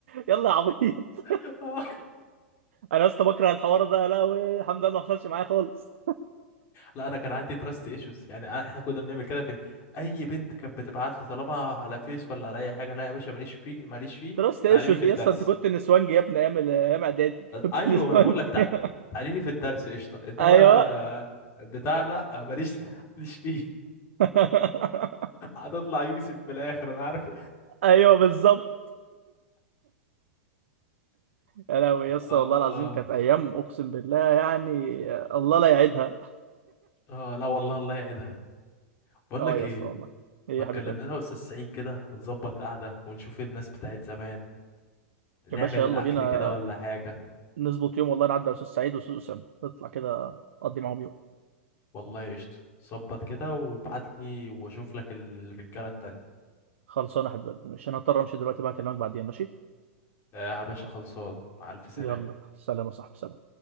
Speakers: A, on the right (about 70°); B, on the left (about 40°).
A: يلا يا عبيط
B: <laughs> آه.
A: انا اصلا بكره الحوار ده لا الحمد لله ما حصلش معايا خالص
B: لا انا كان عندي تراست ايشوز يعني أنا- احنا كنا بنعمل كده فين اي بنت كانت بتبعت لي طالما على فيس ولا على اي حاجه لا يا باشا ماليش فيه ماليش فيه
A: تراست ايشوز
B: تعالي لي في
A: ايه
B: الدرس
A: اصلا انت كنت نسوانجي يا ابني ايام ال- ايام اعدادي <laughs> كنت
B: ايوه
A: نسوانجي
B: ما انا بقول لك تع-
A: <laughs>
B: تعالي لي في الدرس قشطه انما
A: ايوه
B: بتاع لا ماليش ماليش فيه
A: <laughs>
B: هتطلع يوسف في الاخر انا عارف
A: ايوه بالظبط يا لهوي يا اسطى
B: اه
A: والله العظيم كانت ايام اقسم بالله يعني الله لا يعيدها
B: اه لا والله الله يعيدها بقول
A: اه
B: لك
A: يا
B: ايه
A: اسطى والله ايه
B: ما
A: يا
B: تكلمنا
A: حبيبي
B: انا استاذ سعيد كده ونظبط قعده ونشوف ايه الناس بتاعت زمان نعمل
A: يا باشا يلا
B: اكل
A: بينا
B: كده ولا حاجه
A: نظبط يوم والله نعدي على أستاذ سعيد وأستاذ أسامة نطلع كده أقضي معاهم يوم
B: والله قشطه ظبط كده وابعت لي واشوف لك الرجاله التانية
A: خلصانة يا حبيبي مش أنا هضطر أمشي دلوقتي بقى أكلمك بعدين ماشي
B: آه يا باشا خلصان مع الف سلامه
A: يلا سلام يا صاحبي سلام